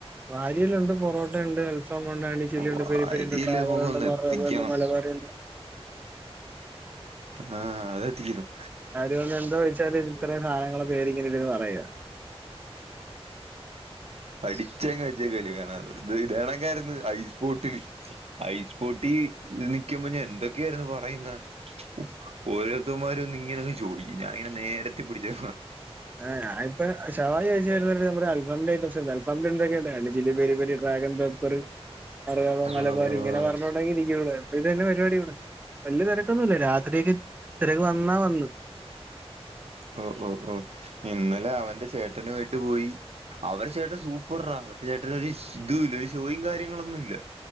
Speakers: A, on the right; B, on the right.
A: ആര്യയലുണ്ട് പൊറോട്ടയുണ്ട് അൽഫ ഫാമുണ്ട് അയ്‌ന്റെ ചില്ലി ണ്ട്
B: വാരിയല്
A: പെരി പെരിണ്ട് ഡ്രാവറ
B: നമുക്കൊന്ന്
A: ഉണ്ട് മറ
B: എത്തിക്കണം
A: ഉണ്ട് മലബാറിണ്ട്
B: ആ അതത്തിച്ചരും
A: ഇവട്ന്ന് എന്ത്‌ കഴിച്ചാല് ഇത്രയും സധനങ്ങള പേര് ങ്ങനെ ഇവര് പറയ
B: അടിച്ചങ്ങ്ച്ച കല് കാണ ഇത് ഇതേണക്കാരുന്നു അയ്സ് ബോട്ടില് ഐസ് ബോട്ടി നിക്കുമ്പോ ഞാൻ എന്തൊക്കെയായിരുന്നു പറയുന്ന ഒ ഓരോരുത്തമാര് വന്ന് ഇങ്ങനെ ചോയിക് ഞാനിങ്ങനെ നെരത്തി പിടിച്ച
A: ആ ഞാനിപ്പോ ഷവായി ചോയ്ച് വരുന്നർക്ക്‌ നമ്മുടെ അൽഫാമിന്റെ ഐറ്റംസ് കാണിച് സംമ്പരംന്തൊക്കെ ഇതാണ് ജിലിപെരി പൊരി ഡ്രാഗൺ പെപ്പറ് അറവരാ
B: ആഹ്
A: മലബാരി ഇങ്ങനെറഞ്ഞോണ്ടക്കെ ഇരിക്കവിടെ പിന്നെ എന്താ പരിപാടിവിടെ വല്യ തെരക്കൊന്നുംല്ല രാത്രിയക്കെ തിരക്ക് വന്നാ വന്ന്
B: ഓഹ് ഓഹ് ഓഹ് ഇന്നലെ അവന്റെ ചേട്ടനു ആയിട്ട് പോയി അവരെ ചേട്ടൽ സൂപ്പർ റാ അവരു ചേട്ടൻ സ്‌ ഇതൂല ഒരു ഷോയും കാര്യങ്ങളൊന്നുല്ല